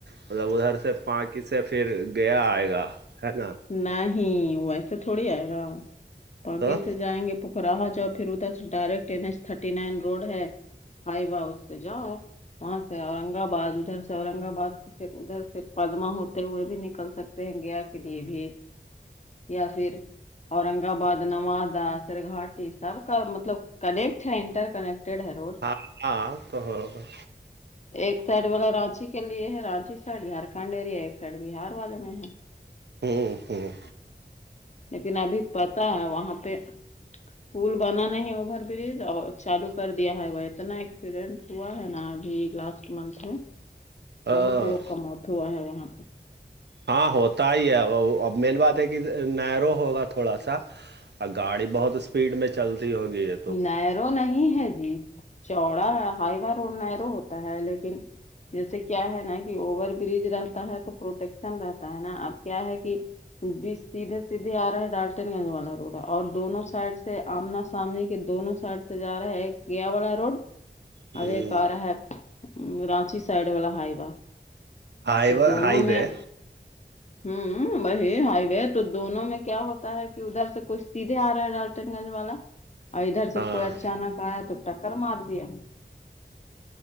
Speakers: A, on the right (about 70°); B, on the left (about 40°).
A: مطلب ادھر سے پاناکی سے پھر گیا آئے گا ہے نا
B: نہیں ویسے تھوڑی آئے گا پاکی
A: تو
B: سے جائیں گے رہاہا جاؤ پھر ادھر ڈائریکٹ ا ایچ تھرٹی نائن روڈ ہے آائی با جاؤ وہاں سے اورنگ آباد ادھر سے اورنگ آباد پھر ادھر سے پدما ہوتے ہوئے بھی نکل سکتے ہیں گیا کے لیے بھی یا پھر اورنگ آباد نوادہ سر گاٹی سب کا مطلب کنیکٹ ہے انٹر کنیکٹیڈ ہے روڈ
A: ہاں ہاں تو برابر
B: ایک سائڈ والے رانچی کے لیے ہے رانچی سائڈ جھارکھنڈ ایریا ایک سائڈ بہار والے میں ہے
A: ہوں ہوں
B: لیکن ابھی پتا ہے وہاں پہ پول بنا نہیں اوور برج اور چالو کر دیا ہے وہ اتنا ایکسیڈنٹ ہوا ہے نا ابھی لاس منتھ میں
A: ہاں
B: بہت لوگ کا موت ہوا ہے وہاں پہ
A: ہاں ہوتا ہی ہے اب مین بات ہے کہ نرو ہوگا تھوڑا سا اور گاڑی بہت اسپیڈ میں چلتی ہوگی ہے
B: نیرو نہیں ہے جی چوڑا ہائی وا روڈ نیرو ہوتا ہے لیکن جیسے کیا ہے نا کہ اوور برج رہتا ہے تو پروٹیکشن رہتا ہے نا اب کیا ہے کہ بی سیدھے سیدھے آ رہا ہے ڈالٹ والا روڈ ہے اور دونوں سائڈ سے آمنا سامنے کے دونوں سائڈ سے جا رہا ہے ایک گیا والا روڈ
A: ہوں،
B: اب ایک آ رہا ہے رانچی سائڈ والا ہائیبا
A: ہائی
B: تو
A: و
B: دونوں
A: ہائی وے
B: میں ہوں وہی ہائی وے تو دونوں میں کیا ہوتا ہے کہ ادھر سے کوئی سیدھے آ رہا ہے لالچن گنج والا اور ادھر سے
A: ہاں
B: کوئی اچانک آیا تو ٹکر مار دیا